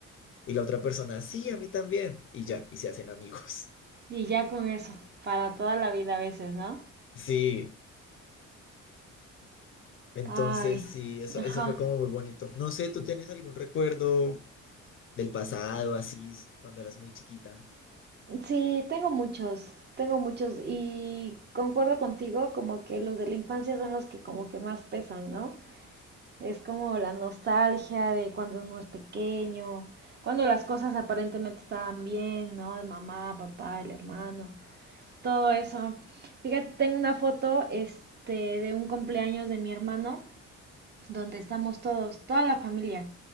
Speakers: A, on the left; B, on the right.
A: Y la otra persona, sí, a mí también. Y ya, y se hacen amigos. <laughs>
B: Y ya con eso, para toda la vida a veces, ¿no?
A: Sí, entonces
B: Ay,
A: sí, eso,
B: ajá.
A: eso fue como muy bonito. No sé, ¿tú tienes algún recuerdo del pasado, así, cuando eras muy chiquita?
B: Sí, tengo muchos, tengo muchos y concuerdo contigo como que los de la infancia son los que como que más pesan, ¿no? Es como la nostalgia de cuando uno es pequeño, cuando las cosas aparentemente estaban bien, ¿no? De mamá, papá, el hermano, todo eso. Fíjate, tengo una foto, este, de un cumpleaños de mi hermano donde estamos todos, toda la familia,